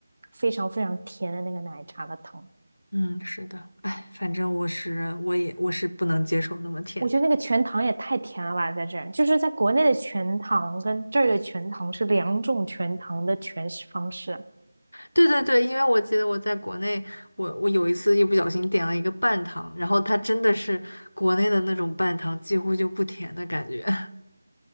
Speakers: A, on the right; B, on the left.
A: 非常非常甜的那个奶茶的糖。
B: 嗯，是的，哎，反正我是我也我是不能接受那么甜的。
A: 我觉得那个全糖也太甜了吧，在这儿，就是在国内的全糖跟这儿的全糖是两种全糖的诠释方式，
B: 对对对，因为我记得我在国内，我我有一次一不小心点了一个半糖，然后它真的是国内的那种半糖，几乎就不甜的感觉。<laughs>